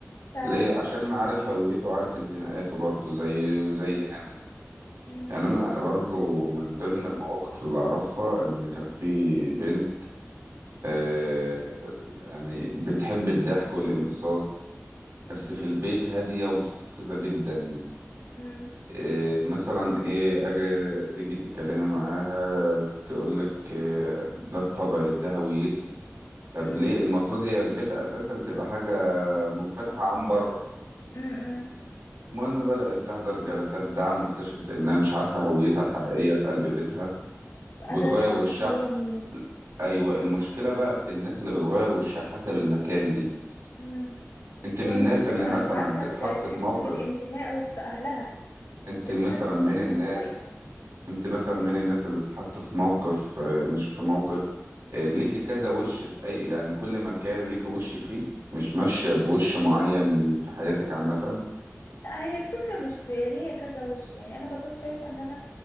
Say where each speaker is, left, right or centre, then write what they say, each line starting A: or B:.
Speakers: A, on the left; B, on the right.
A: فعلا
B: ليه
A: اه
B: عشان انا عارف هويته وعارف انتماءاته برضو زي زي هنا
A: مم.
B: يعني انا برضو من ضمن المواقف اللي اعرفها ان كان في بنت آه يعني بتحب الضحك والانبساط بس
A: مم.
B: في البيت هادية ومتحفظة جدا
A: مم.
B: إيه مثلا ايه اجي تيجي تتكلمي معاها تقولك إيه ده طبعي ده هويتي طب
A: مم.
B: ليه المفروض هي في بيتها اساسا تبقى حاجة منفتحة عن بره
A: مم.
B: المهم بدأت تحضر جلسات دعم واكتشفت انها مش عارفة هويتها الحقيقية في قلب بيتها
A: مش قادرة
B: وبتغير
A: أتحدد
B: وشها
A: هي مين
B: ايوه المشكله بقى في الناس اللي بتغير وشها حسب المكان دي
A: مم.
B: انت من
A: هي
B: الناس
A: ممكن تبقى
B: اللي مثلا
A: مش عارفة
B: تتحط
A: ت- تحس
B: في موقف
A: بالانتماء وسط أهلها
B: انت
A: بس بتحس
B: مثلا
A: وسط
B: من الناس
A: ناس غريبة
B: انت مثلا من الناس اللي تتحط في موقف آه، مش في موقف آه، ليكي كذا وش في اي يعني كل مكان ليكي وش فيه مش ماشية بوش معين في حياتك عامة
A: لا هي الفكرة مش في ليا كذا وش يعني أنا بكون شايفة إن أنا